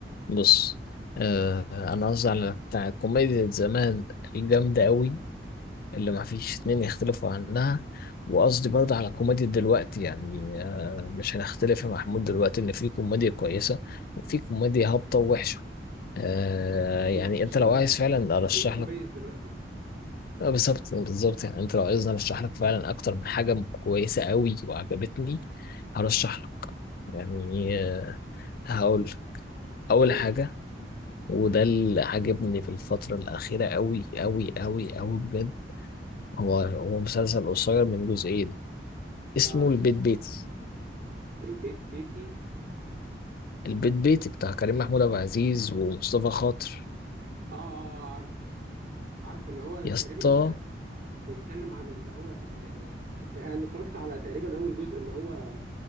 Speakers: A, on the left (about 55°); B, on the right (about 50°).
A: بص آه أنا قصدي على بتاع الكوميديا زمان الجامدة أوي اللي ما فيش اتنين يختلفوا عنها وقصدي برضه على كوميديا دلوقتي يعني آه، مش هنختلف يا محمود دلوقتي ان في كوميديا كويسة وفي كوميديا هابطة ووحشة آه يعني
B: معلش
A: انت
B: بقى
A: لو عايز فعلا
B: ايه
A: ارشح
B: إيه كويس
A: لك
B: دلوقتي
A: آه، بالظبط بالظبط يعني انت لو عايزني ارشح لك فعلا اكتر من حاجة كويسة قوي وعجبتني هرشح لك يعني آه هقول اول
B: قول
A: حاجة وده اللي عجبني في الفترة الأخيرة قوي قوي قوي قوي بجد هو هو مسلسل قصير من جزئين اسمه
B: اه
A: البيت بيتي
B: البيت بيتي
A: البيت بيتي بتاع كريم محمود عبد العزيز ومصطفى خاطر
B: اه اه آه، آه، عارفه عارفه اللي هو تقريبا
A: يا اسطى
B: ب- بيتكلم عن اللي هو ت- آه، ت- انا اتفرجت على تقريبا اول جزء اللي هو